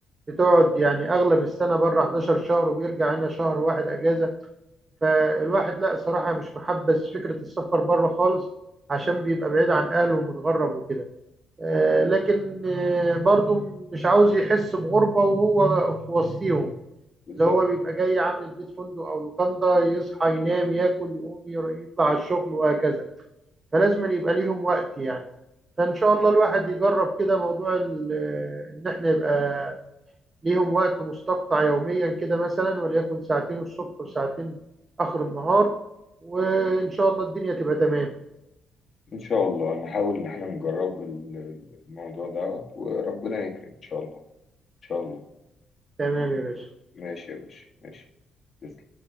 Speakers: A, on the right (about 30°); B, on the left (about 45°).
A: بتقعد يعني اغلب السنه بره 11 شهر وبيرجع هنا شهر واحد اجازه فالواحد لا صراحه مش محبس فكره السفر بره خالص عشان
B: يعني.
A: بيبقى بعيد عن اهله ومتغرب وكده آه، لكن آه، برضو مش عاوز يحس بغربه وهو في وسطيهم
B: بالظبط
A: اللي هو بيبقى جاي عامل البيت فندق او لوكاندا يصحى ينام ياكل يقوم ير- يطلع على الشغل وهكذا فلازم أن يبقى ليهم وقت يعني فإن شاء الله الواحد يجرب كده موضوع ال- آه، إن إحنا يبقى ليهم وقت مستقطع يوميا كده مثلا وليكن ساعتين الصبح وساعتين آخر النهار وإن شاء الله الدنيا تبقى تمام
B: ان شاء الله نحاول ان احنا نجرب ال- الموضوع ده وربنا يكرم ان شاء الله ان شاء الله
A: تمام يا باشا
B: ماشي يا باشا ماشي تسلم